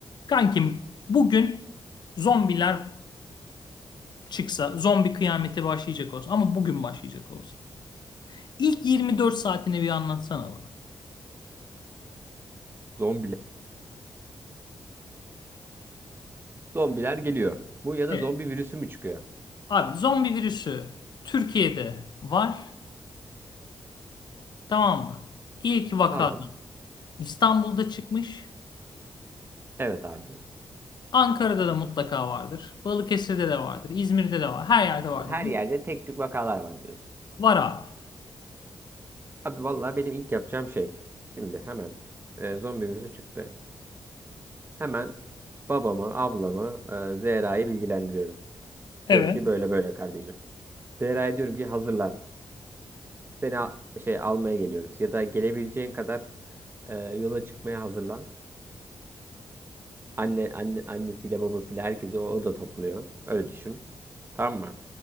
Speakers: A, on the left (about 60°); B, on the right (about 25°).
A: Kankim bugün zombiler çıksa, zombi kıyameti başlayacak olsa ama bugün başlayacak olsa. İlk 24 saatini bir anlatsana bana.
B: Zombiler. Zombiler geliyor. Bu ya da
A: Evet.
B: zombi virüsü mü çıkıyor?
A: Abi zombi virüsü Türkiye'de var tamam mı? İlk vakada
B: Tamam.
A: İstanbul'da çıkmış.
B: Evet abi.
A: Ankara'da da mutlaka vardır. Balıkesir'de de vardır. İzmir'de de var. Her yerde vardır.
B: Her yerde tek tük vakalar var diyorsun.
A: Var abi.
B: Abi vallahi benim ilk yapacağım şey. Şimdi hemen e, zombi virüsü çıktı. Hemen babamı, ablamı, e, Zehra'yı bilgilendiriyorum.
A: Evet.
B: Diyorum ki böyle böyle kardeşim. Zehra'ya diyorum ki hazırlan. Seni al- şey almaya geliyoruz. Ya da gelebileceğin kadar e, yola çıkmaya hazırlan. Anne, anne, annesiyle babasıyla herkesi o, o da topluyor. Öyle düşün. Tamam mı?